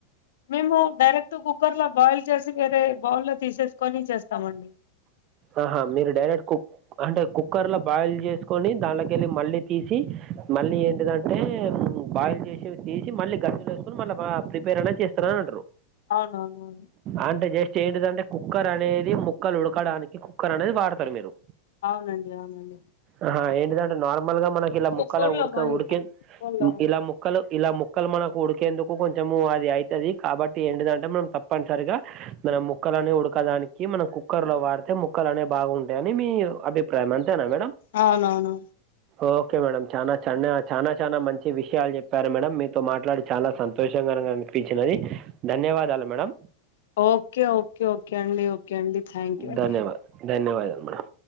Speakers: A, on the left; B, on the right.
A: మేము డైరెక్ట్ కుక్కర్ లో బాయిల్ చేసి వేరే బౌల్ లో తీసేసుకొని చేస్తామండి.
B: ఆహా మీరు డైరెక్ట్ కుక్ అంటే కుక్కర్ లో బాయిల్ చేసుకొని దాన్లోకెళ్ళి మళ్ళీ తీసి మళ్ళీ ఏంటిదం అంటే బాయిల్ చేసేదీ తీసి మళ్ళీ గరిసెలో వేసుకొని మళ్ళీ ప్రిపేరనేది చేస్తారని అంటున్నరు
A: అవునవునవును
B: అంటే జస్ట్ ఏంటిదంటే కుక్కర్ అనేది ముక్కలుడకడానికి కుక్కరనేది వాడతారు మీరు
A: అవునండి అవునండి
B: ఆహా ఏంటిదంటే నార్మల్ గా మనకిలా
A: ఓ
B: ముక్కల
A: ఫోన్ లో
B: ఉడక
A: మాహిర్
B: ఉడికె
A: ఫోన్ లో
B: ఇలా ముక్కలు ఇలా ముక్కలు మనకు ఉడికేందుకు కొంచెం అది అయి తది కాబట్టి ఎంటిదంటే మనం తప్పనిసరిగా మనం ముక్కలని ఉడకడానికి మనం కుక్కర్ లో వార్ అంటే ముక్కలనేవీ బాగుంటాయని మీ అభిప్రాయం అంతేనా మేడం
A: అవునవును
B: ఓకే మేడం చానా చానా చానా చానా మంచి విషయాలు చెప్పారు మేడం మీతో మాట్లాడి చాలా సం షంగా అనిపించినది ధన్యవాదాలు మేడం
A: ఓకే ఓకే ఓకే అండి ఓకే అండి థ్యాంక్ యూ అండి
B: ధన్యవాదద్ ధన్యవాదాలు మేడం